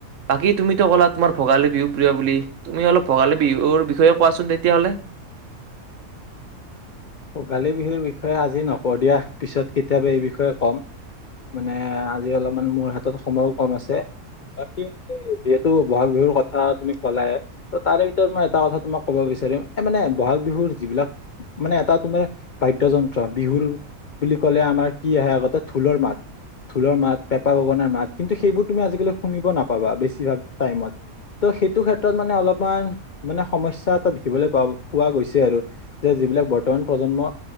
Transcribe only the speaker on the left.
ভোগালি বিহুৰ বিষয়ে আজি নকওঁ দিয়া, পিছত কেতিয়া'বা এই বিষয়ে ক'ম। মানে আজি অলপমান মোৰ হাত'ত সময়ো কম আছে। বাকী, যিহেতু বহাগ বিহুৰ কথা তুমি ক'লাই ত' তাৰে ভিতৰত মই এটা কথা তোমাক ক'ব বিচাৰিম, এ'ই মানে, বহাগ বিহুৰ যিবিলাক মানে, এটা তুমাৰ বাদ্য যন্ত্ৰ, বিহুৰ বুলি ক'লে আমাৰ কি' আহে আগতে ঢোলৰ মাত, ঢোলৰ মাত, পেঁপা, গগনাৰ মাত, কিন্তু, সেইবোৰ তুমি আজিকালি শুনিব নাপা'বা। বেছিভাগ টাইমত ত' সেইটো ক্ষেত্ৰত মানে অলপমান মানে সমস্যা এটা দেখিবলৈ পোৱা গৈছে। আৰু যে যিবিলাক বৰ্তমান প্ৰজন্ম,